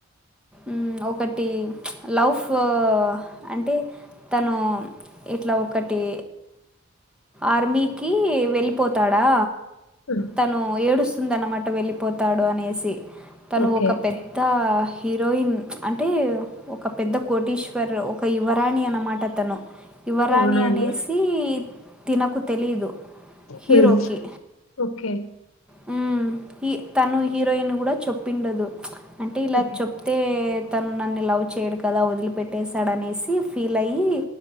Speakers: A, in the centre; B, on the left (about 75°).
A: మ్ ఒకటి లవ్ఫ్ అంటే తను ఇట్లా ఒకటి ఆర్మీ కీ వెళ్ళిపోతాడా
B: హ్మ్.
A: తను ఏడుస్తూ ఉందన్నమాట వెళ్లిపోత తాడు అనేసి తను
B: ఓకే.
A: ఒక పెద్ద హీరోయిన్ అంటే ఒక పెద్ద కోటీశ్వర్ ఓ ఒక యువరాణి అనమాట తను యువరాణి
B: అవునా
A: అనేసి
B: అండి?
A: తినకు తెలీదు హీరోకి
B: హ్మ్. ఓకే.
A: హ్మ్ ఇ తను హీరోయిన్ కూడా చెప్పిండదు అంటే ఇలా
B: ఓకే.
A: చెప్తే తను నన్ను లవ్ చేయడు కదా వదిలిపెట్టేేశాడనేస్ ఫీల్ అయి